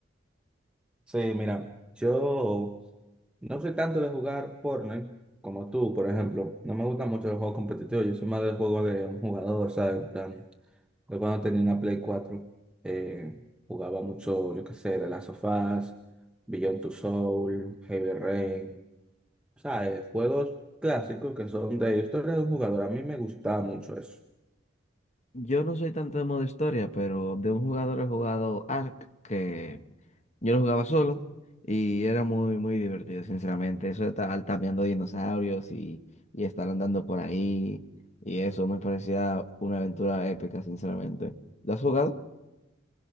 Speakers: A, in the centre; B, on the left.
A: Sí, mira, yo no soy tanto de jugar Fortnite como tú, por ejemplo. No me gustan mucho los juegos competitivos. Yo soy más del juego de un jugador, ¿sabes? En plan, yo cuando tenía una Play cuatro eh, jugaba mucho, yo qué sé, The Last of Us, Beyond Two Soul, Heavy Rain. ¿Sabes? Juegos clásicos que son de historia de un jugador. A mí me gustaba mucho eso.
B: Yo no soy tanto de modo historia, pero de un jugador he jugado Ark, que Yo lo jugaba solo y era muy, muy divertido, sinceramente. Eso de estar cambiando dinosaurios y, y estar andando por ahí y eso me parecía una aventura épica, sinceramente. ¿Lo has jugado?